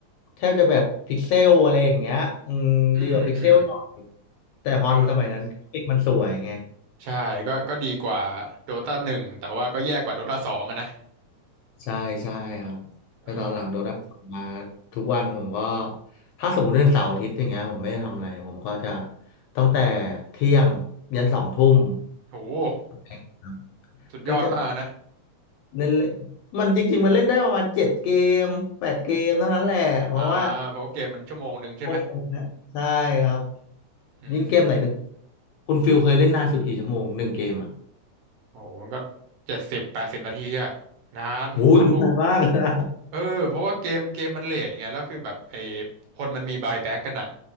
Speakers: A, on the left (about 75°); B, on the right (about 75°).
A: แทบจะแบบพิกเซลอะไรอย่างเงี้ยอืมดีกว่าพิกเซลหน่อย
B: อืมอืม
A: แต่ฮอนสมัยนั้นกราฟิกมันสวยไง
B: เออ ใช่ก็ก็ดีกว่าโดตาหนึ่งแต่ว่าก็แย่กว่าโดตาสองอะนะ
A: ใช่ใช่ครับแต่ตอนหลังโดด้ามา
B: อ่า
A: ทุกวันผมก็ถ้าสมมติเรื่องเสาร์อาทิตย์อย่างเงี้ยผมไม่ได้ทำอะไรผมก็จะตั้งแต่เที่ยงยันสองทุ่ม
B: โห
A: ครับ
B: สุดยอดมากนะ
A: ก็จะเล่นเล่นมันจริงๆมันเล่นได้ประมาณเจ็ดเกมแปดเกมเท่านั้นแหละเพราะว่า
B: อ่าเพราะว่าเกมมันชั่วโมงหนึ่งใช่ไหม
A: โอ้โหนะใช่ครับ
B: อืม
A: ยิ่งเกมไหนตึกคุณฟิลเคยเล่นนานสุดกี่ชั่วโมงหนึ่งเกมอ่ะ
B: โหมันก็เจ็ดสิบแปดสิบนาทีอะนานพวก
A: โอ้ยนานมากนะ
B: เออเพราะว่าเกมเกมมันเลทไงแล้วคือแบบไอ้คนมันมีบายแบ็กกันอะ